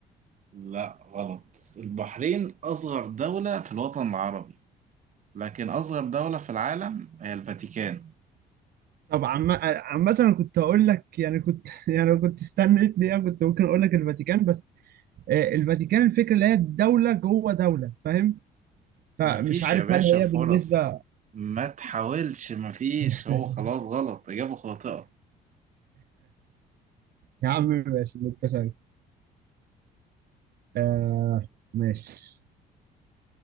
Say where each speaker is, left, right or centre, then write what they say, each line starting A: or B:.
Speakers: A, on the right; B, on the right.
A: لا غلط البحرين أصغر دولة في الوطن العربي لكن أصغر دولة في العالم هي الفاتيكان
B: طب عم- عامة أنا كنت أقول لك يعني كنت <laughs> يعني لو كنت استنيت دقيقة كنت ممكن أقول لك الفاتيكان بس آه، الفاتيكان الفكرة اللي هي دولة جوه دولة فاهم؟ فمش
A: مفيش
B: عارف
A: يا باشا
B: هل هي
A: فرص
B: بالنسبة
A: ما تحاولش مفيش
B: <laughs>
A: هو خلاص غلط إجابة خاطئة
B: يا عم ماشي اللي أنت شايفه آه ماشي